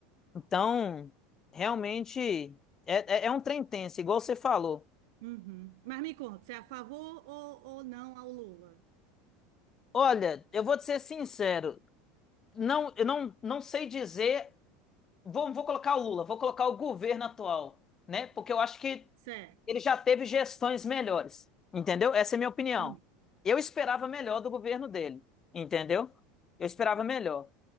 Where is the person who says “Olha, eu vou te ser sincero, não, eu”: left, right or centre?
Left